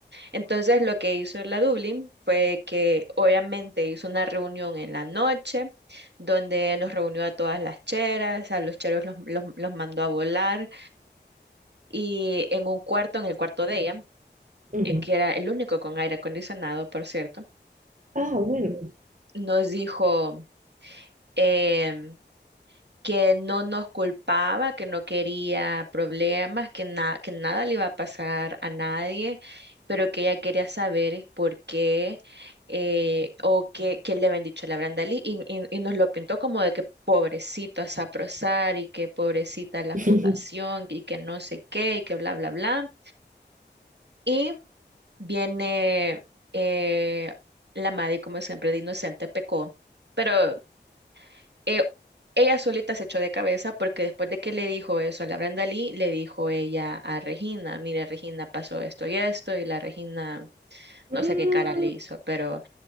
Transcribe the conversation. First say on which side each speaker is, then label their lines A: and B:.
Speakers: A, on the right; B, on the right.
A: Entonces lo que hizo la Dublin fue que obviamente hizo una reunión en la noche donde nos reunió a todas las cheras, a los cheros los, los los mandó a volar y en un cuarto, en el cuarto de ella,
B: ajá.
A: eh, que era el único con aire acondicionado, por cierto,
B: Ah, bueno.
A: nos dijo em, que no nos culpaba, que no quería problemas, que, na- que nada le iba a pasar a nadie, pero que ella quería saber por qué eh, o qué, qué le habían dicho a la Brandalí y, y- y nos lo pintó como de que pobrecito a Saprosar y que pobrecita la
B: <laughs>
A: fundación y que no sé qué y que bla, bla, bla. Y Viene eh, la Maddie, como siempre, de inocente pecó, pero eh, ella solita se echó de cabeza porque después de que le dijo eso a la Brandalí, le dijo ella a Regina, mire, Regina pasó esto y esto, y la Regina no
B: Mm,
A: sé qué cara le hizo, pero,